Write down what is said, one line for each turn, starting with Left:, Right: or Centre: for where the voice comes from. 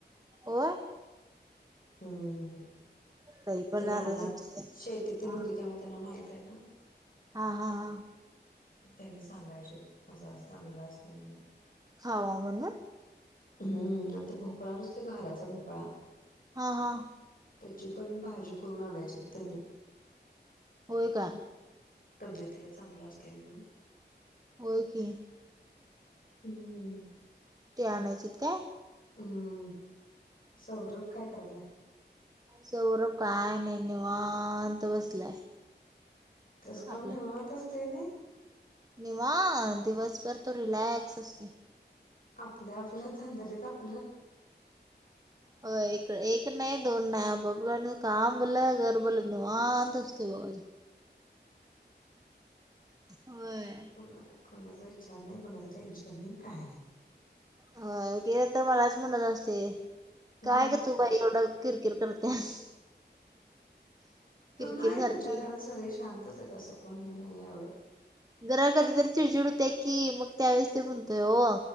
Right: होय.
Left: हम्म
Right: तरी पण
Left: ते रानात
Right: आता जे-
Left: शेतीतिन
Right: हा
Left: होती त्यामुळे त्यांना माहित आहे ना.
Right: हा हा हा.
Left: त्यांनी सांगायचे असं असं चांगलं असतंय म्हणून
Right: खावा म्हण
Left: हम्म आणि ते भोपळा नसतोय घाऱ्याचा भोपळा
Right: हा हा
Left: त्याची पण भाजी करून आणायची त्यांनी
Right: होय काय?
Left: तब्येतीला चांगलं असतंय म्हणून
Right: होय की
Left: हम्
Right: ते आणायचेत काय?
Left: हम्म सौरभ काय करायलाय.
Right: सौरब काय नाही निवांत बसलाय
Left: त्याचं काम
Right: आपला
Left: निवांत असतय नाई
Right: निवांत दिवसभर तो रिलॅक्स असतोय.
Left: आपल्या आपल्या तंदरीत आपलं
Right: हो एक एक नाही दोन नाही आप आपलं काम भलं घर भलं निवांत असतुय बघा. ब होय
Left: कोण नाय कुणाचं विचार नाही कोणाचं टेन्शन नाही काही नाही.
Right: होय ती आता मलाच म्हणात आसते.
Left: हम्म
Right: काय ग तू बाई एवढं किर किर करत्यास.
Left: तू
Right: किरकिर
Left: नाही
Right: सारखी
Left: तुमच्या घरात सगळी शांतच आहेत असं कोण ही नाही आहे एवढं
Right: जरा कधी तर चिडचिड होत्याय की मग त्यावेेळेस ते म्हणतोय हो